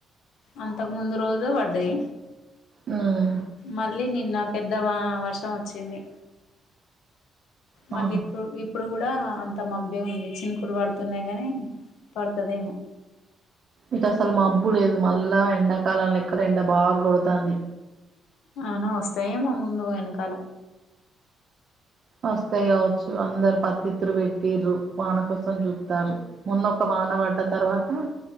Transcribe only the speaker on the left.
అంతకు ముందు రోజు వడ్డాయ్
మళ్ళీ నిన్న పెద్ద వా వర్షం వచ్చింది. మళ్ళీ
ఇప్పుడు ఇప్పుడు కూడా అంత మబ్ ఏఉంది చినుకులు పడుతున్నాయి గాని పడుతాదేమో
అవునా వస్తాయేమో ముందు వెనకాల